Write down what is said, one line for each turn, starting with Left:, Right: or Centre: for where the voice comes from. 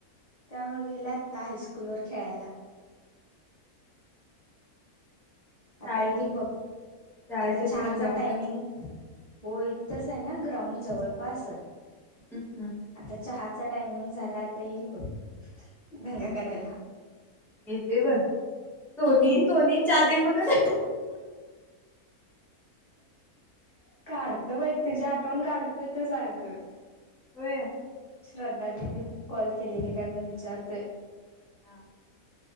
Left: त्यामुळे गेल्यायताास स्कूल वर खेळायला आता
Centre: शाळेचे
Left: येईल बघ
Centre: शाळेचे
Left: आता चहाचा
Centre: तिथं ग्राउंड
Left: टायमिंग
Centre: आहे
Left: होय तस आहे ना ग्राउंड जवळपास
Centre: हम्म हम्म
Left: आता चहाचा टायमिंग झाला आता येईल बघ दंगा करायला
Centre: येते ब सोनी
Left: होय
Centre: सोनी चादी म्हणून
Left: काढत बाय तुझे आठवण काढत येत सारखं
Centre: होय
Left: श्रद्धा दिदी कॉल केलेली काय म्हण विचारतोय
Centre: हा हा